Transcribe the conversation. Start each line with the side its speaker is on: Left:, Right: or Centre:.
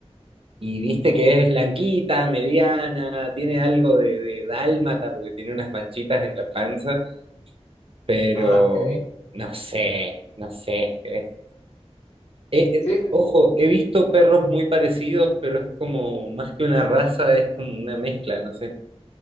Right: y viste que es blanquita, mediana, tiene algo de, de dálmata porque tiene unas manchitas en la panza. Pero
Left: ah, ok.
Right: no sé, no sé. Eh, eh,
Left: Sí,
Right: ojo, he visto perros muy parecidos, pero es como más que una raza, es como una mezcla, no sé,